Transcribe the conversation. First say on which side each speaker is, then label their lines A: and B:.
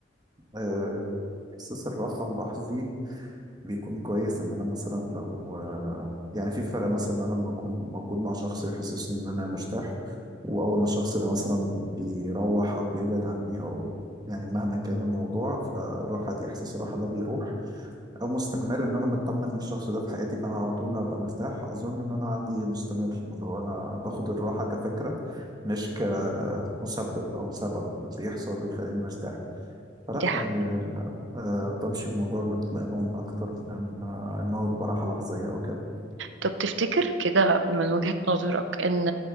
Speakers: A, on the right; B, on the right.
A: آه، احساس الراحة اللحظي بيكون كويس ان انا مثلا لو آه، يعني في فرق مثلا ان انا لما اكون موجود مع شخص يحسسني ان انا مرتاح واول ما الشخص ده مثلا بيروح او بيبعد عني او يعني مهما كان الموضوع فالراحه دي احساس الراحه ده بيروح او مستمر ان انا مطمن إن الشخص ده في حياتي فانا على طول هبقى مرتاح اظن ان انا عندي مستمر لو انا باخد الراحه كفكره مش كمسبب او سبب بيحصل بيخليني مرتاح فلا
B: دي حقيقة
A: يعني ال- آه، بمشي بموضوع الاطمئنان أكتر من إن آه، إن هو بيبقى راحة لحظية أو كده
B: طب تفتكر كده من وجهة نظرك ان